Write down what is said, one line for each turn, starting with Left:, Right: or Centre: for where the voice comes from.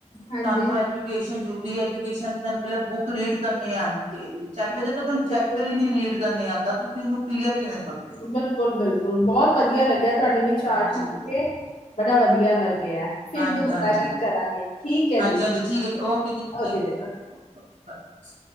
Left: ਹਾਂਜੀ,
Right: ਤੁਹਾਨੂੰ
Left: ਹਾਂਜੀ
Right: ਐਜੂਕੇਸ਼ਨ ਜਰੂਰੀ ਹੈ ਤੁਹਾਨੂੰ ਪਹਿਲਾਂ ਬੁੱਕ ਰੀਡ ਕਰਨੀ ਆਉਣੀ ਚਾਹੀ ਹੈ ਚੈ
Left: ਬਿਲਕੁਲ-ਬਿਲਕੁਲ
Right: ਜਦ ਤੁਹਾਨੂੰ ਚੈਪਟਰ ਹੀ ਨੀ ਰੀਡ ਕਰਨੇ ਆਉਂਦਾ ਤੁਸੀਂ ਇਹਨੂੰ ਕਲੀਅਰ ਕਿਵੇਂ ਕਰੋਗੇ
Left: ਬਿਲਕੁਲ ਬਿਲਕੁਲ ਬਹੁਤ ਵਧੀਆ ਲੱਗਿਆ ਤੁਹਾਡੇ ਵਿਚਾਰ
Right: ਹਾਂਜੀ
Left: ਜਾਣ ਕੇ ਬੜਾ ਵਧੀਆ ਲੱਗ ਫਿਰ
Right: ਹਾਂਜੀ
Left: ਦੋਬਾਰਾ
Right: ਹਾਂਜੀ
Left: ਗੱਲ ਕਰਾਂਗੇ ਠੀਕ ਹੈ
Right: ਹਾਂਜੀ
Left: ਜੀ
Right: ਹਾਂਜੀ ਠੀਕ ਹੈ ਜੀ ਓਕੇ ਜੀ ਥੈਂਕ
Left: ਓਕੇ
Right: ਯੂ
Left: ਓਕੇ
Right: ਜੀ ਓਓ ਬਾਏ